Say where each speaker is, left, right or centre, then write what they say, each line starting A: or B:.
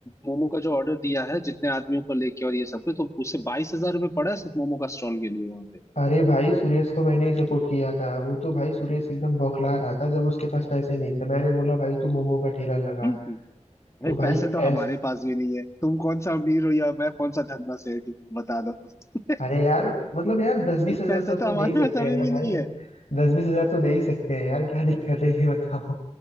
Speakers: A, on the left; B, on the left.
A: मोमो का जो ऑर्डर दिया है जितने आदमियों को लेके और ये सब कुछ तो उसे बाईस हजार रुपये पड़ा है सिर्फ मोमो का स्टॉल के लिए वहां पे
B: अरे भाई सुरेश को मैंने ही सपोर्ट किया था वो तो भाई सुरेश एकदम बौखला रहा था जब उसके पास पैसे नहीं थे मैंने बोला भाई तू मोमो का ठेला लगा
A: हम्म,
B: तो
A: भाई
B: भाई
A: पैसे तो हमारे
B: ऐसा
A: पास भी नहीं है तुम कौन सा अमीर हो या मैं कौन सा धन्ना सेठ हूँ बता दो <laughs>
B: अरे यार मतलब यार दस बीस
A: तो
B: हजार
A: पैसे
B: तो अपन
A: तो हमारे
B: दे ही सकते
A: पास अभी
B: हैं ना
A: भी
B: भाई
A: नहीं है
B: दस बीस हजार तो दे ही सकते हैं यार क्या दिक्कत है ये बताओ